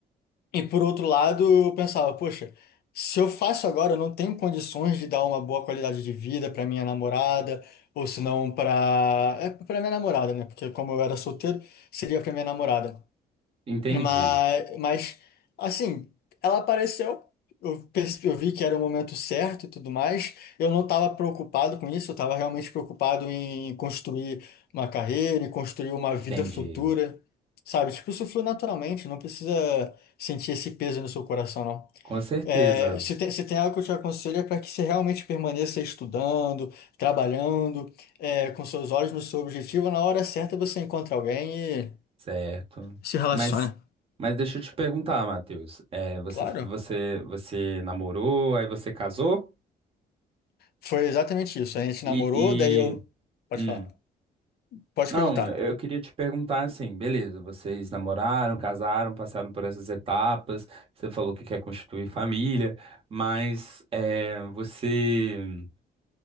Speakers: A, on the left; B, on the right.
A: E por outro lado, eu pensava, poxa, se eu faço agora, eu não tenho condições de dar uma boa qualidade de vida para minha namorada, ou se não para é para minha namorada, né? Porque como eu era solteiro, seria para minha namorada.
B: Entendi,
A: Mas, mas assim, ela apareceu, eu, perce- eu vi que era o momento certo e tudo mais. Eu não estava preocupado com isso, eu estava realmente preocupado em construir uma carreira, em construir uma
B: entendi.
A: vida futura, sabe? Tipo, isso flui naturalmente, não precisa sentir esse peso no seu coração, não.
B: Com certeza,
A: É, se tem, se tem algo que eu te aconselho é para que você realmente permaneça estudando, trabalhando, é, com seus olhos no seu objetivo, na hora certa você encontra alguém e
B: certo.
A: se relaciona.
B: Mas, mas deixa eu te perguntar, Matheus. É, você,
A: Claro.
B: você, você namorou, aí você casou?
A: Foi exatamente isso. A gente
B: E,
A: namorou,
B: e,
A: daí eu. Pode
B: hum,
A: falar. Pode
B: Não,
A: perguntar.
B: eu queria te perguntar assim, beleza, vocês namoraram, casaram, passaram por essas etapas, você falou que quer constituir família, mas é, você